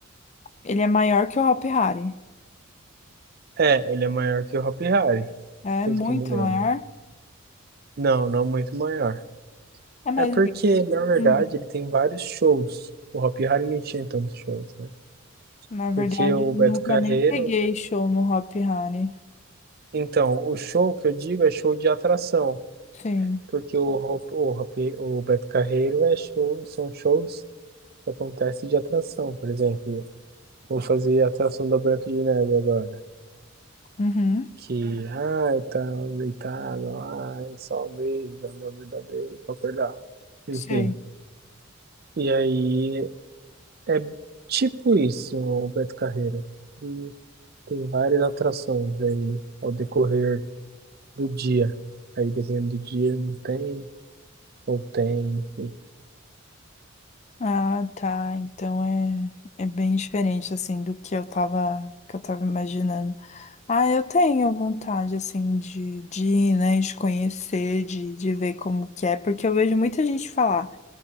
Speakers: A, on the left; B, on the right.
A: ele é maior que o Hopi Hari.
B: É, ele é maior que o Hopi Hari,
A: É
B: pelo
A: muito
B: que eu me lembro.
A: maior.
B: Não, não muito maior.
A: É, mas
B: É porque,
A: ele-
B: na verdade,
A: hum,
B: ele tem vários shows. O Hopi Hari não tinha tantos shows, né?
A: na verdade
B: porque o
A: eu nunca
B: Beto Carreiro.
A: nem peguei show no Hopi Hari.
B: Então, o show que eu digo é show de atração,
A: Sim.
B: porque o, ro- o, rape- o Beto Carreiro é show, são shows que acontecem de atração, por exemplo. Vou fazer a atração da Branca de Neve agora.
A: Uhum.
B: Que, ai, tá deitado, ai, só um beijo, amor verdadeiro, pra acordar. Enfim.
A: Sei.
B: E aí, é tipo isso, o Beto Carreiro. E tem várias atrações aí ao decorrer do dia. Aí dependendo do dia, não tem, ou tem, enfim.
A: Ah, tá. Então é, é bem diferente assim do que eu tava que eu tava imaginando. Ah, eu tenho vontade assim de, de ir, né, de conhecer, de, de ver como que é, porque eu vejo muita gente falar.